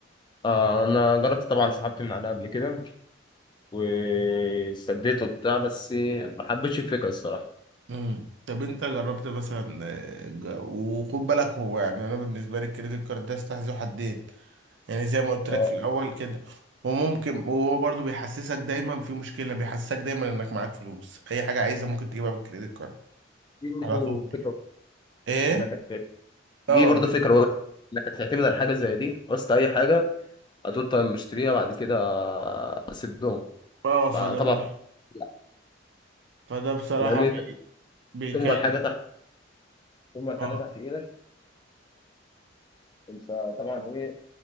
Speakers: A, on the left; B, on the right.
A: آه انا جربت طبعا سحبت من عليها قبل كده وسديته وبتاع بس ما حبيتش الفكره الصراحه
B: امم طب انت جربت مثلا آه، ج- وخد بالك هو يعني انا بالنسبة لي الكريدت كارد ده استحذو حدين يعني زي ما قلت
A: آه،
B: لك في الاول كده وممكن وهو برضو بيحسسك دايما في مشكله بيحسسك دايما انك معاك فلوس اي حاجه عايزها ممكن تجيبها بالكريدت كارد
A: دي برضه
B: على طول
A: فكرة
B: ايه
A: اللي كانت- دي
B: اه
A: برضه
B: ب-
A: فكره وقت انك تعتمد على حاجه زي دي قصت اي حاجه هتقول طيب مشتريها بعد كده اسدهم
B: اه فده
A: فطبعا
B: بقى
A: لا،
B: فده بصراحه
A: لان
B: بي...
A: انت
B: بيكلم
A: ثم الحاجه تحت ثم الحاجه
B: اه
A: تحت ايدك انت طبعا ايه